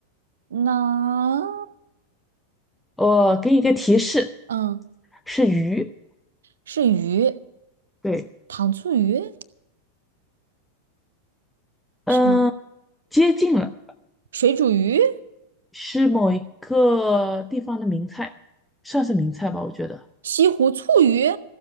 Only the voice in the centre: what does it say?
我给你一个提示，
是鱼，
对，
嗯、
接近了，
是某一个地方的名菜，算是名菜吧，我觉得，